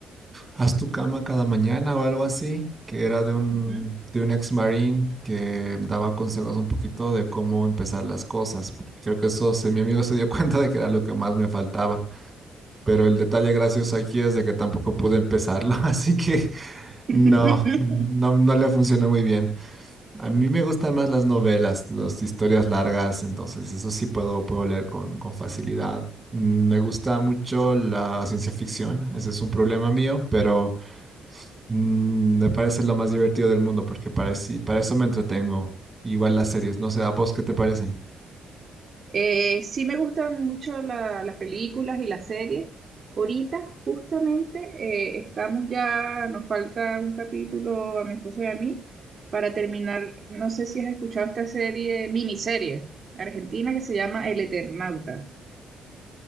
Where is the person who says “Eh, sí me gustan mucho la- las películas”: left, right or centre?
Right